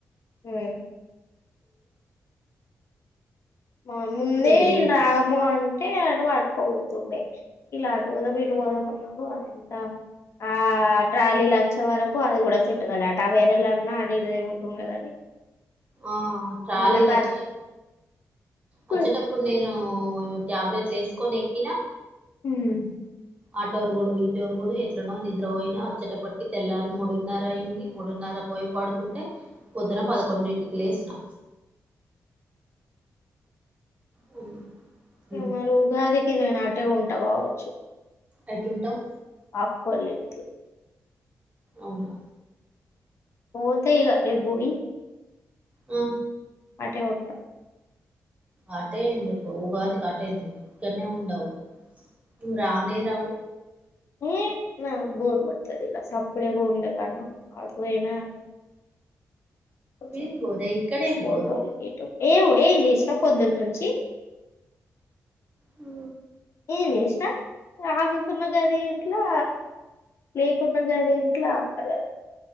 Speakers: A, on the left; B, on the right.
A: యే మా ముందే
B: ఇంక వేరే
A: ఇల్ రాము అ టే అటు పట్టుకపోతుండే ఇళ్ళు అటు పోదాం ఇటు పోదమ్ అన్నారు అయింత ఆ ట్రాలీల వచ్చే వరకు అది కూడా సెట్ కాలే ఆ టవేరా అన్న అటు ఇటు తిరుగుతుండే కాని
B: ఆ ట్రాలీలు
A: మళ్ళా కార్
B: వచ్చటప్ వచ్చటప్పుడు
A: ఉమ్.
B: నేను ఉ టాబ్లెట్లు వేసుకొని ఎక్కినా
A: ఉమ్
B: ఆటోరుగుడు ఇటోరుగుడు ఎట్లనో నిద్రపోయినా చ్చేటప్పటికి తెల్లారు మూడున్నర అయింది మూడున్నరకు పోయి పడుకుంటే పొద్దున పద్దకోండింటికి లేసిన హ్మ్. హ్మ్.
A: మరి ఉగాదికి నేను అటే ఉంట కావచ్చు
B: ఎటుంటావు
A: అక్కోలింట్లో
B: అవునా
A: పోత ఇగా రేపుబోయి
B: ఆ
A: అటేపోకట
B: ఆటే ఎందుకు ఉగాదికి అటెందుకు ఇక్కనే ఉండవు నువ్వు రానేేరావు
A: ఊమ్ నాక్ బోర్ కొడుతాది ఇడా సపిడేక ఉండేకన్నా అటుపోయిన <unintelligible>
B: ఏం బోరే ఇక్కడేం
A: ఫోటో
B: బోరు
A: ఏము ఏమ్ చేసినవ్ పొద్దానుచి
B: ఉ
A: ఏ వష్న ఆఫీసు ఉన్నగాద ఇంట్లో లేకుడా కదా ఇంట్లో అంత కదా